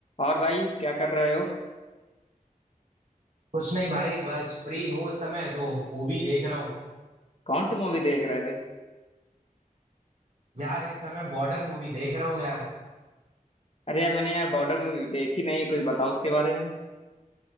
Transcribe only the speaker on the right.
कुछ नहीं भाई बस फ्री हूँ इस समय तो मूवी देख रहा हूँ
यार इस समय बॉर्डर मूवी देख रहा हूँ यार